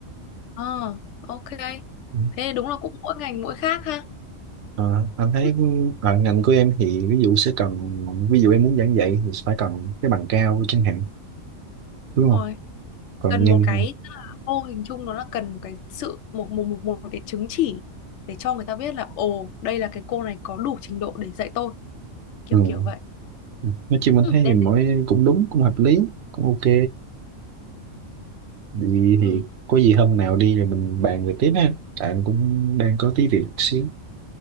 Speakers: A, on the left; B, on the right.
A: Ờ, ok.
B: Ừ.
A: Thế đúng là cũng mỗi ngành mỗi khác ha.
B: Ờ, anh thấy
A: Ừ,
B: ở ngành của em thì ví dụ sẽ cần ví dụ em muốn giảng dạy thì phải cần cái bằng cao chẳng hạn đúng
A: Đúng
B: không
A: rồi.
B: còn
A: Cần
B: nhanh
A: một cái mô hình chung nó là cần một cái sự một một một, một cái chứng chỉ để cho người ta biết là ồ, đây là cái cô này có đủ trình độ để dạy tôi, kiểu
B: ừ.
A: kiểu vậy.
B: nói chung anh
A: Ừ,
B: thấy
A: lên
B: thì mỗi
A: đây.
B: cũng đúng cũng hợp lý cũng ok thì,
A: Ừ,
B: thì có gì hôm nào đi rồi mình bàn về tiếp ha tại anh cũng đang có tí việc xíu